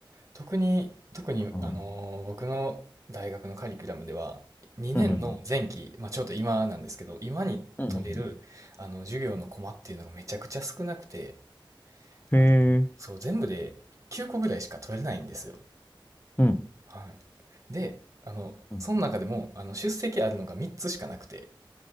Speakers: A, on the right (about 35°); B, on the left (about 20°).
A: 特に、特に、
B: うん。
A: あのー僕の大学のカリキュラムでは、2年の前期、
B: うん。
A: まあ、ちょっと今なんですけど、今に取れる、
B: うん。うん
A: あの、授業のコマっていうのがめちゃくちゃ少なくて、
B: へ
A: あの、
B: え。
A: そう、全部で9個ぐらいしか取れないんですよ。
B: うん。
A: はい。で、あの、
B: うん
A: その中でも、あの、出席あるのが3つしかなくて、